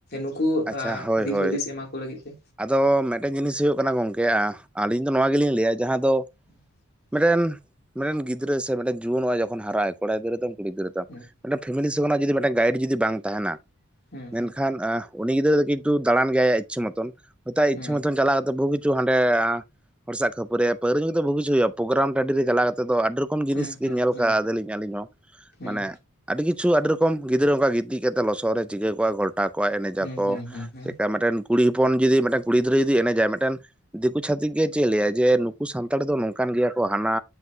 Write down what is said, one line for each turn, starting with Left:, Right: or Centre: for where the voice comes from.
Left: ᱱᱩᱠᱩ
Centre: ᱟᱪᱪᱷᱟ ᱦᱳᱭ
Left: ᱫᱤᱥ
Centre: ᱦᱳᱭ
Left: ᱦᱩᱫᱤᱥ ᱮᱢᱟ ᱠᱚ ᱞᱟᱹᱜᱤᱫ ᱛᱮ᱾
Centre: ᱟᱫᱚ ᱢᱤᱫᱴᱮᱱ ᱡᱤᱱᱤᱥ ᱦᱩᱭᱩᱜ ᱠᱟᱱᱟ ᱜᱚᱝᱠᱮ ᱟᱹᱞᱤᱧ ᱫᱚ ᱱᱚᱣᱟ ᱜᱮᱞᱤᱧ ᱞᱟᱹᱭᱟ ᱡᱟᱦᱟᱸ ᱫᱚ
Left: <unintelligible>
Centre: ᱢᱤᱫᱴᱮᱱ ᱢᱤᱫᱴᱮᱱ ᱜᱤᱫᱽᱨᱟᱹ ᱥᱮ ᱢᱤᱫᱴᱮᱱ ᱡᱩᱣᱟᱹᱱ ᱱᱚᱜ-ᱟᱭ ᱡᱚᱠᱷᱚᱱ ᱮ ᱦᱟᱨᱟᱜ-ᱟᱭ ᱠᱚᱲᱟ ᱜᱤᱫᱽᱨᱟᱹ ᱛᱟᱢ ᱠᱩᱲᱤ ᱜᱤᱫᱽᱨᱟᱹ ᱛᱟᱢ
Left: ᱦᱩᱸ
Centre: ᱢᱤᱫᱴᱮᱱ ᱯᱷᱮᱢᱮᱞᱤ ᱛᱚ ᱚᱱᱟ ᱡᱩᱫᱤ ᱢᱤᱫᱴᱟᱝ ᱜᱟᱭᱤᱰ ᱡᱩᱫᱤ ᱵᱟᱝ ᱛᱟᱸᱦᱮᱱᱟ
Left: ᱦᱩᱸ
Centre: ᱢᱮᱱᱠᱷᱟᱱ ᱟ... ᱩᱱᱤ ᱜᱤᱫᱽᱨᱟᱹ ᱫᱚ ᱠᱤᱱᱛᱩ ᱫᱟᱬᱟᱱ ᱜᱮᱭᱟᱭ ᱟᱭᱟᱜ ᱤᱪᱷᱟᱹ ᱢᱚᱛᱚᱱ ᱦᱚᱸ ᱛᱟᱭ ᱟᱭᱟᱜ
Left: ᱦᱩᱸ
Centre: ᱤᱪᱷᱟᱹ ᱢᱚᱛᱚᱱ ᱪᱟᱞᱟᱣ ᱠᱟᱛᱮ ᱵᱩᱠᱤᱪᱷᱩ ᱫᱩ ᱦᱟᱸᱰᱮ ᱦᱚᱲ ᱥᱟᱶᱟᱜ ᱠᱷᱟᱹᱯᱟᱹᱨᱟᱹ ᱯᱟᱹᱣᱨᱟ. ᱧᱩ ᱠᱟᱛᱮ ᱫᱚ ᱵᱚᱦᱩ ᱠᱤᱪᱷᱩ ᱦᱩᱭᱩᱜᱼᱟ ᱯᱨᱚᱜᱨᱟᱢ ᱴᱟᱺᱰᱤ ᱨᱮ ᱪᱟᱞᱟᱣ ᱠᱟᱛᱮ ᱫᱚ ᱟᱹᱰᱤ ᱨᱚ.... -ᱠᱚᱢ ᱡᱤᱱᱤᱥ
Left: ᱦᱩᱸ
Centre: ᱜᱮᱞᱤᱧ
Left: ᱦᱩᱸ
Centre: ᱧᱮᱞ
Left: ᱦᱩᱸ
Centre: ᱟᱠᱟ ᱟᱫᱮᱞᱤᱧ ᱟᱹᱞᱤᱧ ᱦᱚᱸ
Left: ᱦᱩᱸ
Centre: ᱢᱟᱱᱮ ᱟᱹᱰᱤ ᱠᱤᱪᱷᱩ ᱟᱹᱰᱤ ᱨᱚᱠᱚᱢ ᱜᱤᱫᱽᱨᱟᱹ ᱚᱱᱠᱟ ᱜᱤᱛᱤᱡ ᱠᱟᱛᱮ ᱞᱚᱥᱚᱫ ᱨᱮ ᱪᱤᱠᱟᱹ ᱠᱚᱜ-ᱟᱭ ᱜᱷᱚᱞᱴᱟ..... ᱠᱚᱜ-ᱟᱭ, ᱮᱱᱮᱡ
Left: ᱦᱩᱸ
Centre: ᱟᱠᱚ
Left: ᱦᱩᱸ ᱦᱩᱸ
Centre: ᱪᱮᱠᱟ ᱢᱤᱫᱴᱮᱱ ᱠᱩᱲᱤ ᱦᱚᱯᱚᱱ ᱡᱩᱫᱤ ᱢᱤᱫᱴᱮᱱ ᱠᱩᱲᱤ ᱜᱤᱫᱽᱨᱟᱹ ᱡᱩᱫᱤ ᱮᱱᱮᱡ-ᱟᱭ ᱢᱤᱫᱴᱮᱱ ᱫᱤᱠᱩ ᱪᱷᱟᱹᱛᱤᱠ ᱜᱮ ᱪᱮᱫ ᱞᱟᱹᱭᱟᱭ ᱡᱮ ᱱᱩᱠᱩ ᱥᱟᱱᱛᱟᱲ ᱫᱚ ᱱᱚᱝᱠᱟᱱ ᱜᱮᱭᱟ ᱠᱚ ᱦᱟᱱᱟ